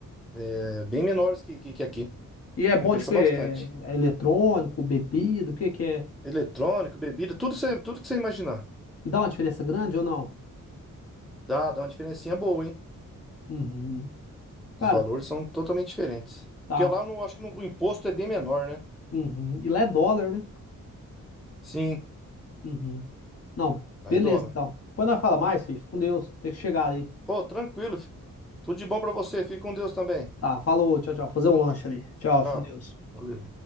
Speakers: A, in the centre; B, on the left.
A: é, bem menores que, que, que aqui.
B: E é
A: Compensa
B: bom de quê?
A: bastante.
B: É eletrônico, bebida, o que que é?
A: Eletrônico, bebida, tudo, cê- tudo que você imaginar.
B: E dá uma diferença grande ou não?
A: Dá, dá uma diferencinha boa, hein?
B: Uhum. Cara,
A: Os valores são totalmente diferentes.
B: tá.
A: Porque lá, eu não, acho que no- o imposto é bem menor, né?
B: Uhum. E lá é dólar, né?
A: Sim,
B: Uhum. Não,
A: lá
B: beleza
A: é dólar.
B: então. Depois nós fala mais, filho. Fica com Deus. Tem que chegar ali.
A: Ô, tranquilo. fi. Tudo de bom para você. Fique com Deus também.
B: Tá, falou, tchau, tchau. Fazer um lanche ali. Tchau,
A: Tchau.
B: fica com Deus.
A: Valeu.